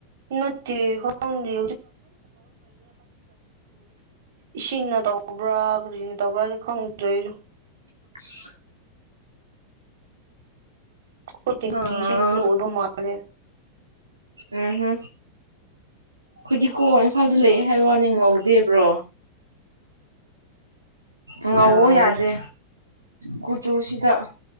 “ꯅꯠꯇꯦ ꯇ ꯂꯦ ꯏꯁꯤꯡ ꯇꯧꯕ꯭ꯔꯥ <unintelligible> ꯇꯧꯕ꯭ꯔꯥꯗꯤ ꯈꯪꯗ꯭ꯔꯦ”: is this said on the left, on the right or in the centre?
Right